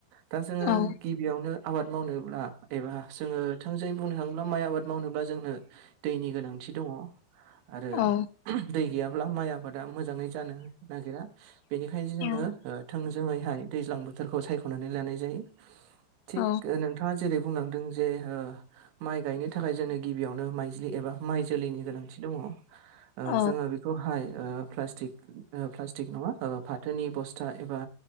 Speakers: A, on the right (about 80°); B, on the left (about 85°).
A: दा जोङो
B: औ
A: गिबियावनो आबाद मावनोब्ला एबा जोङो थोंजोङै बुंनो थाङोब्ला माइ आबाद मावनोब्ला जोंनो दैनि गोनांथि दङ। आरो
B: औ
A: दै गैयाब्ला माइ आबादा मोजाङै जानो नागिरा। बेनिखायनो जोङो
B: औ
A: थोंजोङैहाय दैज्लां बोथोरखौ सायख'नानै लानाय जायो। थिग
B: औ
A: नोंथाङा जेरै बुंलांदों जे ओ माइ गायनो थाखाय जोंनो गिबियावनो माइज्लि एबा माइ जोलैनि गोनांथि दङ‌। ओ
B: औ
A: जोङो बेखौहाय प्लास्टिक प्लास्टिक नङा फाथोनि बस्था एबा